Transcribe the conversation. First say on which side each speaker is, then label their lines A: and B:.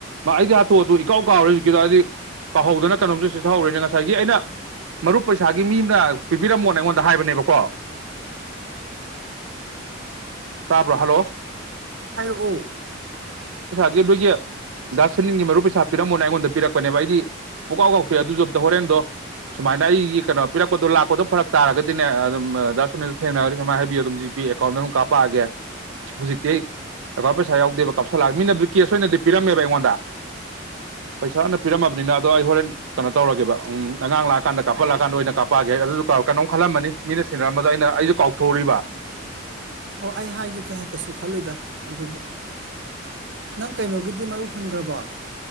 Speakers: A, on the right; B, on the right.
A: ꯃꯥ ꯑꯩꯗꯤ ꯍꯥꯊꯨ ꯍꯥꯇꯨ ꯏꯀꯥꯎ ꯀꯥꯎꯔꯦ ꯑꯖꯤꯀꯤꯗꯣ ꯍꯥꯏꯗꯤ ꯀꯥꯎꯍꯧꯗꯅ ꯀꯩꯅꯣꯝꯇ ꯆꯤꯊꯍꯧꯔꯦꯅꯦ ꯉꯁꯥꯏꯒꯤ ꯑꯩꯅ ꯃꯔꯨꯞ ꯄꯩꯁꯥꯒꯤ ꯃꯤ ꯑꯝꯅ ꯄꯤꯕꯤꯔꯝꯃꯣꯅ ꯑꯩꯉꯣꯟꯗ ꯍꯥꯏꯕꯅꯦꯕꯀꯣ ꯇꯥꯕ꯭ꯔꯣ ꯍꯜꯂꯣ
B: ꯍꯥꯏꯔꯛꯑꯣ
A: ꯂꯦ ꯂꯣꯏꯒꯤ ꯗꯥ ꯁꯨꯅꯤꯜꯒꯤ ꯃꯔꯨꯞ ꯄꯩꯁꯥ ꯄꯤꯔꯝꯃꯣꯅ ꯑꯩꯉꯣꯟꯗ ꯄꯤꯔꯛꯄꯅꯦꯕ ꯑꯩꯗꯤ ꯄꯨꯡꯀꯥꯎ ꯀꯥꯎꯊꯣꯛꯑꯦ ꯑꯗꯨꯖꯨ ꯑꯝꯇ ꯍꯣꯔꯦꯟꯗꯣ ꯁꯨꯃꯥꯏꯅ ꯑꯩꯒꯤ ꯀꯩꯅꯣ ꯄꯤꯔꯛꯄꯗꯣ ꯂꯥꯛꯄꯗꯣ ꯐꯔꯛ ꯇꯥꯔꯒꯗꯤꯅꯦ ꯑꯗꯨꯝ ꯗꯥ ꯁꯨꯅꯤꯜ ꯊꯦꯡꯅꯔꯗ ꯁꯨꯃꯥꯏ ꯍꯥꯏꯕꯤꯌꯨ ꯑꯗꯨꯝ ꯖꯤꯄꯦ ꯑꯦꯀꯥꯎꯟꯗ ꯑꯗꯨꯝ ꯀꯥꯞꯄꯛꯑꯒꯦ ꯍꯧꯖꯤꯛꯇꯤ ꯑꯩ ꯑꯦꯀꯥꯎꯟ ꯄꯩꯁꯥ ꯌꯥꯎꯗꯦꯕ ꯀꯥꯞꯁꯤꯜꯂꯛꯑꯒꯦ ꯃꯤꯅꯕꯨꯗꯤ ꯀꯦꯁ ꯑꯣꯏꯅꯗꯤ ꯄꯤꯔꯝꯃꯦꯕ ꯑꯩꯉꯣꯟꯗ ꯄꯩꯁꯥꯅ ꯄꯤꯔꯝꯃꯕꯅꯤꯅ ꯑꯗꯣ ꯑꯩ ꯍꯣꯔꯦꯟ ꯀꯩꯅꯣ ꯇꯧꯔꯒꯦꯕ ꯑꯉꯥꯡ ꯂꯥꯛꯑꯀꯥꯟꯗ ꯀꯥꯞꯄꯜꯂꯥꯛꯑꯀꯥꯟꯗ ꯑꯣꯏꯅ ꯀꯥꯞꯛꯑꯒꯦ ꯑꯗꯨꯁꯨ ꯀꯩꯅꯣꯝ ꯈꯜꯂꯝꯃꯅꯤ ꯃꯤꯅ ꯁꯤꯦꯟꯅꯔꯝꯕꯗ ꯑꯩꯅ ꯑꯩꯁꯨ ꯀꯥꯎꯊꯣꯛꯎꯔꯤꯕ
B: ꯑꯣ ꯑꯩ ꯍꯥꯏꯒꯦ ꯀꯩ ꯍꯥꯏ ꯀꯩꯁꯨ ꯈꯜꯂꯨꯗ ꯑꯗꯨꯕꯨ ꯅꯪ ꯀꯩꯅꯣꯒꯤꯗꯤ ꯃꯔꯨ ꯍꯨꯟꯈ꯭ꯔꯕ